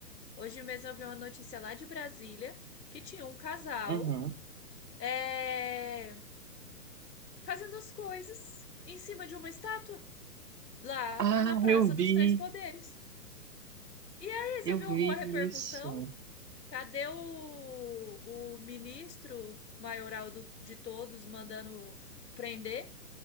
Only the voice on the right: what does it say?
Uhum.
Ah,
eu
vi,
eu
vi
isso.